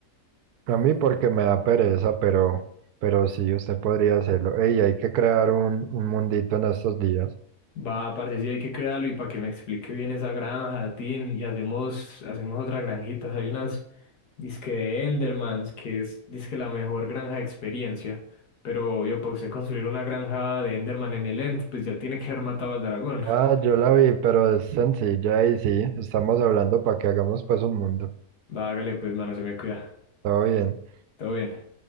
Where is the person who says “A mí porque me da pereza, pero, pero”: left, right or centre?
Right